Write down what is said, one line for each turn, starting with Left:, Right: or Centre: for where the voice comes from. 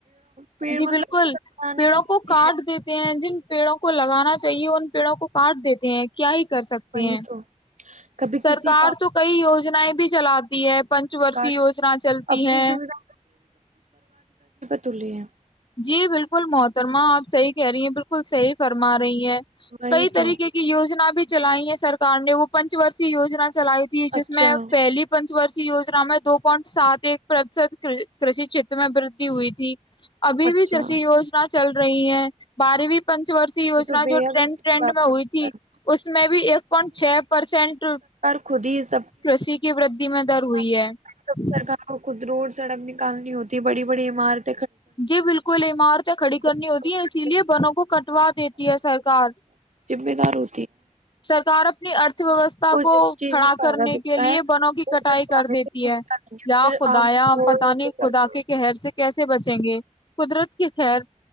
Right: پیڑ
Left: جی
Right: مطلب
Left: بالکل
Right: سب بنانے
Left: پیڑوں
Right: میں کتنے
Left: کو کاٹ دیتے ہیں جن پیڑوں کو لگانا چاہیے ان پیڑوں کو پارٹ دیتے ہیں کیا کر سکتے
Right: وہی
Left: ہیں
Right: تو کبھی
Left: سرکار
Right: کسی
Left: تو کئی یوجناائیں بھی چلاتی ہے پنچ وورشی
Right: کارڈ
Left: یوجنا چلتی
Right: اپنی
Left: ہے
Right: سویدھا تولیے <inaudible>
Left: جی بالکل محترما آپ صحی کہہ رہی ہیں بالکل صحیح فرما رہی ہیں
Right: وہی
Left: کئی طریق
Right: تو
Left: کی وجنا بھی چلائی ہے سرار نے وہ پنچ ورشی وجنا کے <inaudible> چلائی تھی جس
Right: اچھا
Left: میں پہلی پنچ وورش <unintelligible> وجنا میں دو پوائنٹ سات ایک پرتیشت کرشی چھیت میں ودھی ہوئی تھی ابھی
Right: اچھا
Left: بھی کی وجنا چل رہی <unintelligible> رہی ہیں بارے بھی پنچ وشی وجنا
Right: یہ تو بے
Left: جو
Right: حد
Left: ٹرینڈ
Right: اچھی
Left: ٹنڈ
Right: بات
Left: میں ہوئی
Right: ہے مطلب۔
Left: تھی اس میں بھی ایک پوائنٹ چھ پرسینٹ
Right: خودی <inaudible>
Left: کشی کی وددی میں در ہوئی
Right: کبھی
Left: ہے
Right: کبھی
Left: <unintelligible>
Right: سرکار کو خود روڈ سڑک نکالنی ہوتی ہے بڑی بڑی عمارت
Left: جی بالکل عمارتیں کھڑی کرنی
Right: کبھی
Left: ہوتی ہیں اسی لیے بنوں کو کٹوا دیتے کی ہے سرکار
Right: جمے دار ہو
Left: سرکار اپنی ارتھ ویوستھا کو
Right: جس چیز
Left: کھڑا
Right: میں فائدہ
Left: کرنے
Right: دکھتا
Left: کے لیے
Right: ہے
Left: بنوں کی
Right: وہ
Left: کٹائی
Right: اسے اٹھانے
Left: کر دیتی
Right: سے رکتا
Left: ہے
Right: نہیں ہے
Left: یا
Right: پھر
Left: خدایا
Right: آم
Left: ہم
Right: ہو
Left: پت
Right: یا
Left: نہیں
Right: کوئی
Left: خدا
Right: ترکاری
Left: کے کہہر سے کیسے بچیں گے قدرت کے خر